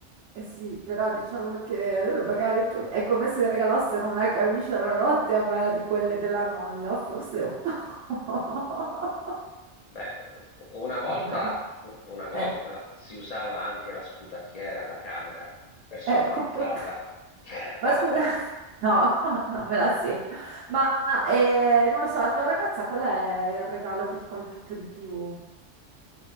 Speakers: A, on the right; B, on the left.
A: Eh sì, però diciamo che eh, magari il tuo- è come se regalassero una camicia la notte a me di quelle della nonna, forse un po'. <laughs>
B: Beh, una volta,
A: No, ma
B: una volta
A: eh,
B: si usava anche la sputacchiera da camera personalizzata,
A: ecco, un po' tro-
B: <laughs> però
A: ma scusa, <laughs> no, no, non me la sento. Ma eh, non lo so, la tua ragazza, qual è il regalo che ti ha colpito di più?